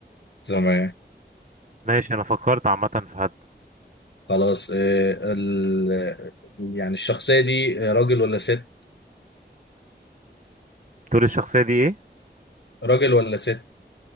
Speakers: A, on the left; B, on the right.
A: تمام
B: ماشي انا فكرت عامة في حد
A: خلاص إيه ال... يعني الشخصية دي راجل ولا ست
B: تقول الشخصية دي ايه
A: راجل ولا ست